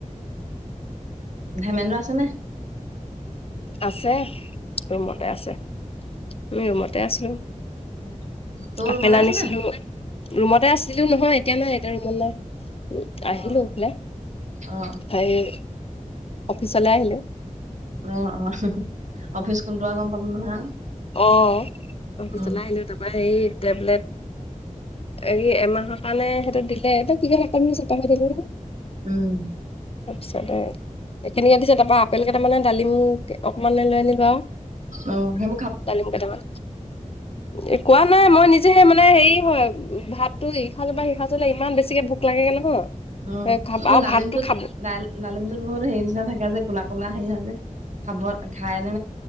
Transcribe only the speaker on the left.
আছে, ৰুমতে
আছে। আমি ৰুমতে আছোঁ।
আপেল আনিছিলো।
ৰুমতে আছিলো নহয় এতিয়া নাই এতিয়া ৰুমত নাই।
আহিলো এইফালে
সেই অফিচলৈ আহিলো।
অ', অফিচলাই
আহিলো তাৰপৰা সেই টেবলেট এই এমাহৰ কাৰণে সেইটো দিলে। সেইটো <unintelligible>
তাৰপিছত এইখিনিকে দিছে তাৰপা আপেল কেইটামানে দালিম অকণমানে লৈ আনিবা আৰু।
ডালিম কেইটামান। এ কোৱা নাই মই নিজে মানে হেৰি হয় ভাতটো ইসাজৰ পৰা সিসাজলে ইমান বেছিকে ভ ভোক লাগে গৈ নহয়।
খাব আৰু
ভাতটো খাব